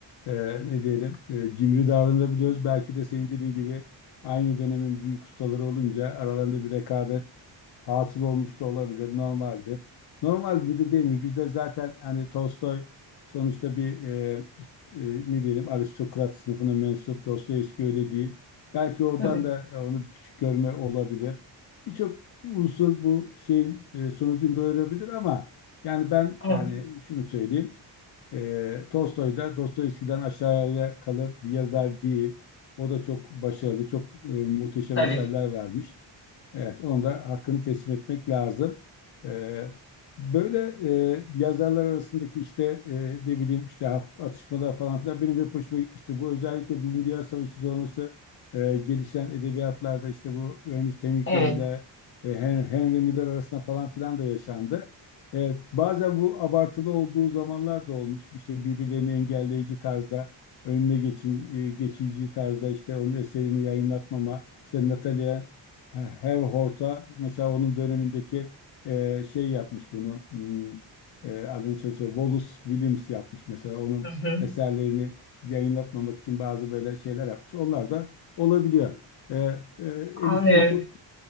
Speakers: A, on the left; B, on the left.
A: e, ne diyelim e, cimri davranabiliyoruz. Belki de senin dediğin gibi aynı dönemin büyük ustaları olunca aralarında bir rekabet hasıl olmuş da olabilir. Normaldir. Normal bir de değil mi? Bizde zaten hani Tolstoy sonuçta bir e, e, ne diyelim aristokrat sınıfına mensup Dostoyevski öyle değil. Belki oradan
B: Tabii.
A: da e, onu bir küçük görme olabilir. Birçok unsur bu şeyin e, sonucunu doyurabilir ama yani ben
B: Evet.
A: yani şunu söyleyeyim. E, Tolstoy da Dostoyevski'den aşağıya kalır bir yazar değil. O da çok başarılı, çok e, muhteşem
B: Tabii.
A: eserler vermiş. Evet, onu da hakkını teslim etmek lazım. Ee, böyle e, yazarlar arasındaki işte e, ne bileyim işte hafif atışmalar falan filan benim hep hoşuma gitmişti. Bu özellikle Birinci Dünya Savaşı sonrası e, gelişen edebiyatlarda işte bu Ernest Hemingway
B: Evet.
A: ile e, Hen- Henry Miller arasında falan filan da yaşandı. E, bazen bu abartılı olduğu zamanlar da olmuş. İşte birbirlerini engelleyici tarzda, önüne geçici, geçici tarzda işte onun eserini yayınlatmama, işte Natalia He- Hev Horta mesela onun dönemindeki e, şey yapmış bunu hmm, e, adını söylese Wallace Williams yapmış mesela onun
B: Hı hı.
A: eserlerini yayınlatmamak için bazı böyle şeyler yapmış. Onlar da olabiliyor. E, e, Elifciğim
B: Anlıyorum.
A: çok